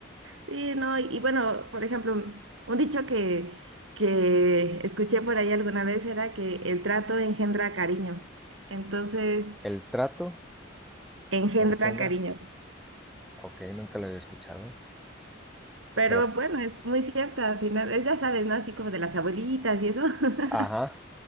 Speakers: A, on the right; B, in the centre.
A: Sí, no, y, y bueno, por ejemplo, un dicho que, que escuché por ahí alguna vez era que el trato engendra cariño. Entonces,
B: El trato
A: engendra
B: engendra,
A: cariño.
B: ok, nunca lo había escuchado.
A: Pero
B: Me lo-
A: bueno, es muy cierta, al final, es, ya sabes, ¿no? Así como de las abuelitas y eso, <laughs>
B: ajá,